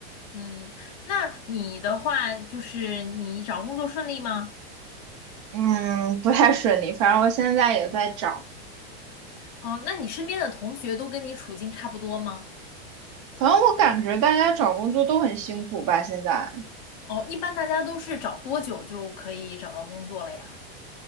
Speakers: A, on the left; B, on the right.
A: 嗯，那你的话就是你找工作顺利吗？
B: 嗯，不太顺利。反正我现在也在找，
A: 哦，那你身边的同学都跟你处境差不多吗？
B: 反正我感觉大家找工作都很辛苦吧。现在
A: 哦，一般大家都是找多久就可以找到工作了呀？